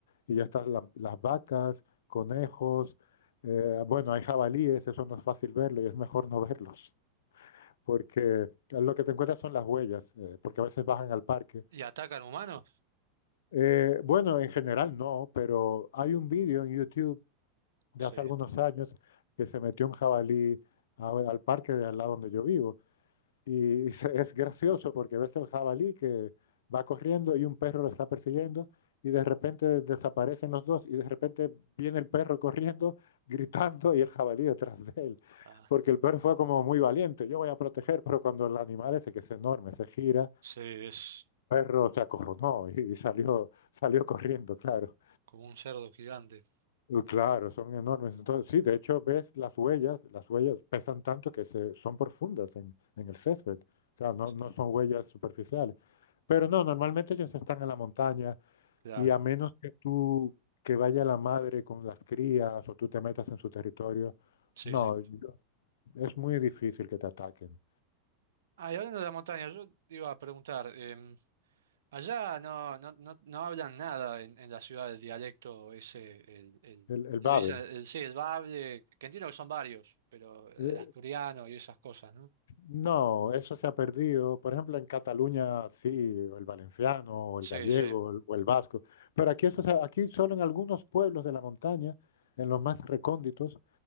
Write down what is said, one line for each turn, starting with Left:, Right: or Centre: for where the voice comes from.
Left: Y ya están la- las vacas, conejos, eh, bueno, hay jabalíes, eso no es fácil verlo y es mejor no verlos, porque lo que te encuentras son las huellas, eh, porque a veces bajan al parque.
Right: ¿Y atacan humanos?
Left: Eh, bueno, en general no, pero hay un vídeo en YouTube de
Right: Sí.
Left: hace algunos años que se metió un jabalí a- al parque de al lado donde yo vivo. Y, y se-
Right: <laughs>
Left: es gracioso porque ves el jabalí que va corriendo y un perro lo está persiguiendo y de repente desaparecen los dos y de repente viene el perro corriendo, <laughs> gritando y el jabalí detrás de él.
Right: Ah,
Left: Porque el perro fue como muy valiente, yo voy a proteger, pero cuando el animal ese que es enorme se gira, el
Right: sí, es
Left: perro se acorronó y, y salió, salió corriendo, claro.
Right: como un cerdo gigante.
Left: Uh, Claro, son enormes. Entonces, sí, de hecho ves las huellas, las huellas pesan tanto que se, son profundas en, en el césped. O sea, no,
Right: Sí,
Left: no son huellas superficiales. Pero no, normalmente ellos están en la montaña
Right: claro.
Left: y a menos que tú, que vaya la madre con las crías o tú te metas en su territorio,
Right: Sí,
Left: no,
Right: sí.
Left: yo- es muy difícil que te ataquen.
Right: Ah, y hablando de la montaña, yo te iba a preguntar, em, allá no, no, no, no hablan nada en, en la ciudad del dialecto ese, el, el,
Left: El, el
Right: le
Left: Babel.
Right: dicen, el- sí, el bable, que entiendo que son varios, pero el
Left: eh,
Right: asturiano y esas cosas, ¿no?
Left: No, eso se ha perdido. Por ejemplo, en Cataluña sí, o el valenciano, o
Right: Sí,
Left: el gallego,
Right: sí.
Left: o el, o el vasco. Pero aquí, eso, se- aquí solo en algunos pueblos de la montaña, en los más recónditos,